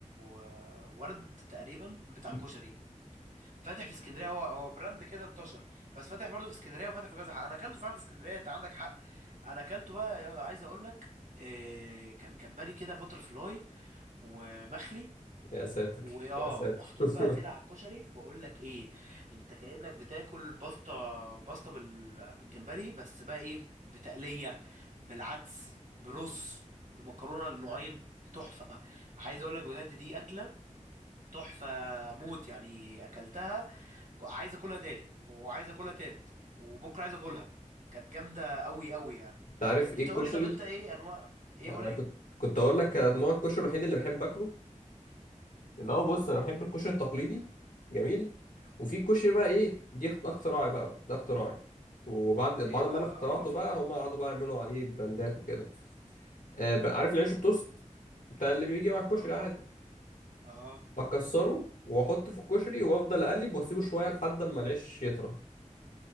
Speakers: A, on the right (about 75°); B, on the left (about 80°).
A: آه، ورد تقريبا بتاع
B: مم.
A: كشري فاتح في اسكندرية هو هو براند كده انتشر بس فاتح برضه في اسكندرية وفاتح في كذا حق انا اكلته فعلا في اسكندرية انت عندك حق انا اكلته بقى يا- عايز اقول لك آه، كان جمبري كده باتر فلاي ومخلي
B: يا ساتر
A: واه
B: يا ساتر
A: ومحطوط
B: <laughs>
A: بقى كده على الكشري بقول لك ايه انت كأنك بتاكل باستا باستا بال- بالجمبري بس بقى ايه بتقلية بالعدس برز بمكرونة النوعين تحفة عايز اقول لك بجد دي اكله تحفه موت يعني اكلتها ك- عايز اكلها تاني وعايز اكلها تالت وبكره عايز اكلها كانت جامده قوي قوي يعني
B: انت عارف ايه
A: انت
B: الكشري
A: قول لي طب انت ايه انواع ايه
B: انا
A: قول لي
B: كنت كنت اقول لك نوع الكشري الوحيد اللي بحب اكله اللي هو بص انا بحب الكشري التقليدي جميل وفي كشري بقى ايه دي اخت- ده اختراعي بقى ده اختراعي وبعد بعد
A: ايه بقى
B: ما انا اخترعته
A: عرفني
B: بقى هم قعدوا بقى يعملوا عليه براندات وكده آه بقى عارف العيش التوست بتاع اللي بيجي مع الكشري
A: اه
B: عادي
A: اه
B: بكسره واحطه في الكشري وافضل اقلب واسيبه شويه لحد اما العيش يطرى